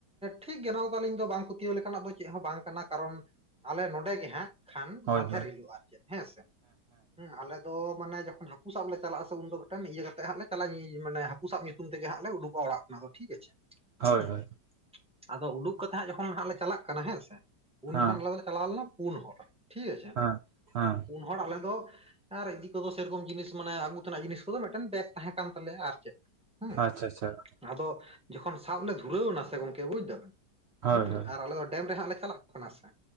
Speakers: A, in the centre; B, on the right.
A: ᱴᱷᱤᱠ ᱜᱮ ᱱᱚᱣᱟ ᱠᱚ ᱫᱚ, ᱟᱹᱞᱤᱧ ᱫᱚ ᱵᱟᱝ ᱯᱟᱹᱛᱭᱟᱹᱣ ᱞᱮᱠᱟᱱᱟᱜ ᱫᱚ ᱪᱮᱫ ᱦᱚᱸ ᱵᱟᱝ ᱠᱟᱱᱟ ᱠᱟᱨᱚᱱ ᱟᱞᱮ ᱱᱚᱰᱮ ᱜᱮᱦᱟᱸᱜ ᱠᱷᱟᱱ
B: ᱦᱳᱭ
A: ᱢᱟᱫᱷᱮᱨ
B: ᱦᱳᱭ
A: ᱦᱤᱞᱳᱜᱼᱟ ᱟᱨ ᱪᱮᱫ ᱦᱮᱸ ᱥᱮ ᱦᱮᱸ ᱟᱞᱮ ᱫᱚ ᱢᱟᱱᱮ ᱡᱚᱠᱷᱚᱱ ᱦᱟᱹᱠᱩ ᱥᱟᱵ ᱞᱮ ᱪᱟᱞᱟᱜᱼᱟ, ᱥᱮ ᱩᱱᱫᱚ ᱢᱤᱫᱴᱮᱱ ᱤᱭᱟᱹ ᱠᱟᱛᱮ ᱦᱟᱸᱜ ᱞᱮ ᱪᱟᱞᱟᱜ ᱢᱟᱱᱮ ᱦᱟᱹᱠᱩ ᱥᱟᱵ ᱧᱩᱛᱩᱢ ᱛᱮᱜᱮ ᱦᱟᱸᱜ ᱞᱮ ᱩᱰᱩᱠᱼᱟ ᱚᱲᱟᱜ ᱠᱷᱚᱱᱟᱜ ᱾ ᱴᱷᱤᱠ ᱟᱪᱷᱮ
B: ᱦᱳᱭ
A: ᱦᱩᱸᱻ
B: ᱦᱳᱭ
A: ᱟᱫᱚ ᱩᱰᱩᱠ ᱠᱟᱛᱮ ᱦᱟᱸᱜ ᱡᱚᱠᱷᱚᱱ ᱦᱟᱜ ᱞᱮ ᱪᱟᱞᱟᱜ ᱠᱟᱱᱟ ᱦᱮᱸᱥᱮ, ᱩᱱ
B: ᱦᱮᱸ
A: ᱡᱚᱠᱷᱚᱱ ᱟᱞᱮ ᱫᱚᱞᱮ ᱪᱟᱞᱟᱣ ᱞᱮᱱᱟ ᱯᱩᱱ ᱦᱚᱲ ᱴᱷᱤᱠ ᱟᱪᱷᱮ,
B: ᱦᱮᱸ ᱦᱮᱸ
A: ᱯᱩᱱ ᱦᱚᱲ ᱟᱞᱮ ᱫᱚ ᱟᱨᱤᱫᱤ ᱥᱮᱨᱚᱠᱚᱢ ᱡᱤᱱᱤᱥ ᱢᱟᱱᱮ ᱟᱹᱜᱩ ᱛᱮᱱᱟᱜ ᱡᱤᱱᱤᱥ ᱠᱚᱫᱚ ᱢᱤᱫᱴᱮᱱ ᱵᱮᱜ ᱛᱟᱦᱮᱸ ᱠᱟᱱ ᱛᱟᱞᱮᱭᱟ ᱟᱨ ᱪᱮᱫ ᱦᱩᱸ
B: ᱟᱪᱪᱷᱟ ᱟᱪᱪᱷᱟ ᱾
A: ᱟᱫᱚ ᱡᱚᱠᱷᱚᱱ ᱥᱟᱵ ᱞᱮ ᱫᱷᱩᱨᱟᱹᱣ ᱱᱟ ᱥᱮ ᱜᱚᱝᱠᱮ ᱵᱩᱡ ᱫᱟᱢ,
B: ᱦᱳᱭ
A: ᱦᱮᱸᱻ
B: ᱦᱳᱭ
A: ᱟᱨ ᱟᱞᱮ ᱫᱚ ᱰᱮᱢ ᱨᱮ ᱦᱟᱸᱜ ᱞᱮ ᱪᱟᱞᱟᱜ ᱠᱟᱱᱟ ᱥᱮ